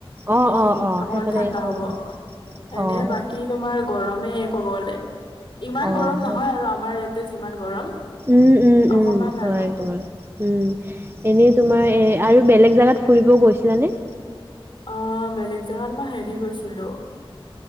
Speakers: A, on the right; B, on the left.
A: অ',
B: সেইখিনিত
A: অ', অ',
B: অকমান
A: সেইফালে
B: ঠাণ্ডা
A: অ',
B: হ'ব এনে
A: অ',
B: বাকী। তোমাৰ গৰমে ক'বলে ইমান
A: অ',
B: গৰম
A: হয়।
B: নহয় আৰু আমাৰ ইয়াতে যিমান গৰম।
A: উম, উম, উম,
B: অকমান
A: হয়,
B: আৰু।
A: তোমাৰ। উম, এনেই তোমাৰ আৰু বেলেগ জেগাত ফুৰিব গৈছিলানে।
B: অঁ বেলেগ জোগাত মই হেৰি গৈছিলো,